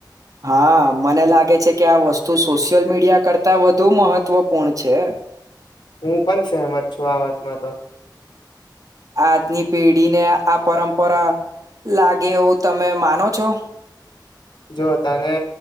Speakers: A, on the right; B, on the left.
A: હા મને લાગે છે કે આ વસ્તુ સોશિયલ મીડિયા કરતા વધુ મહત્વપૂર્ણ છે.
B: હું પણ સહેમત છું આ વાતમાં તો.
A: આજની પેઢીને આ પરંપરા લાગે એવું તમે માનો છો?
B: જો તને